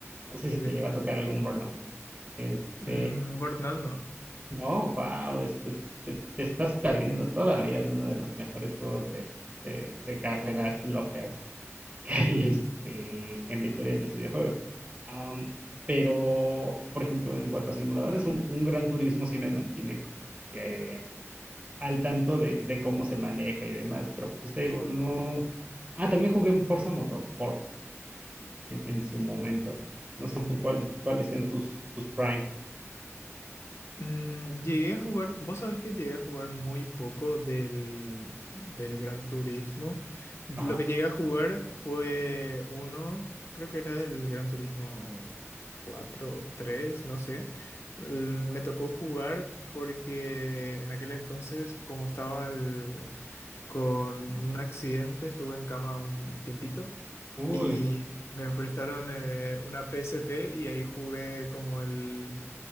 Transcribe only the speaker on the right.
No sé
si te llegó
a tocar algún Burnout. Este,
no, wow, es- es- te, te estás perdiendo todavía de uno de los mejores juegos de, de, de carreras locas <laughs> que hay este, en la historia de los videojuegos. Am, pero, por ejemplo, en cuanto a simuladores, un, un Gran Turismo sí me mantiene como que al tanto de, de cómo se maneja y demás, pero pues te digo, no. Ah, también jugué en Forza Motorsport en, en su momento. No sé
tú cuál, cuáles sean tus, tus Prime.
Ajá.
Uy.